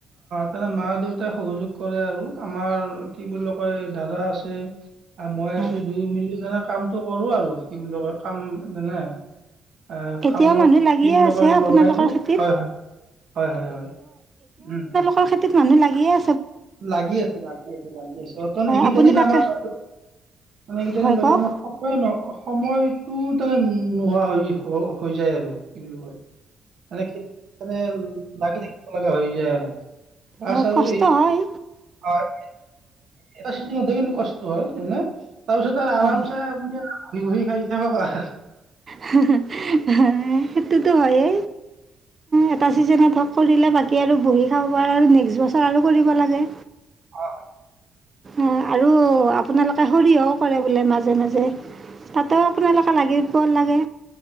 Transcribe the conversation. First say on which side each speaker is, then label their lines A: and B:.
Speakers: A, on the right (about 60°); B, on the right (about 30°).
A: তে মা দেউতাই সহযোগ কৰে আৰু আমাৰ কি বুলি কয় দাদা আছে। আৰু মই
B: হয়
A: আছো দুই মিলি তেনে কামতটো কৰো আৰু, কি বুলি কয় কাম যেনে। এ
B: এতিয়াও
A: কামত
B: মানুহ লাগিয়ে
A: কি বুলি
B: আছে
A: কূ
B: আপোনালোকৰ
A: লগাই দিওঁ
B: খেতিত
A: হয় হয়। হয় হয় হয়, উম।
B: অ, খেতিত মানুহ লাগি আ
A: লাগি আছে লাগি আছে লাগি আছে, বৰ্তমান এইকেইটা
B: আপুনি
A: দিন
B: তাকে
A: আমাৰ‌ বাৰু মানে কেতিয়া
B: হয়
A: যেন বাইদেউ
B: কওক
A: মই খ হয় ন, সময়টো তানে নোহোৱা হৈ হৈ যায় আৰু কি বুলি কয়। মানে খেতি মানে লাগি থাকিব লগা হৈ যায় আৰু। বাছ
B: অ,
A: আৰু
B: ‌কষ্ট
A: এই
B: হয়।
A: হয়, এটা চি কিন্ত কষ্ট হয় এনেই। তাৰপিছত আৰামছে
B: হয়
A: আপুনি আৰু ঘহি বহি খাই থাকিব পাৰা।
B: হাহ হাহ, হাহ সেইটোতো হয়ে। এটা ছিজনত হওক কৰিলে বাকী আৰু বহি খাব পৰা আৰু নেক্সট বছৰ আৰু কৰিব লাগে।
A: হয় হয়।
B: আৰু আপোনালোকে সৰিয়হ কৰে বোলে মাজে মাজে তাতে আপোনালোকে লাগিব লাগে।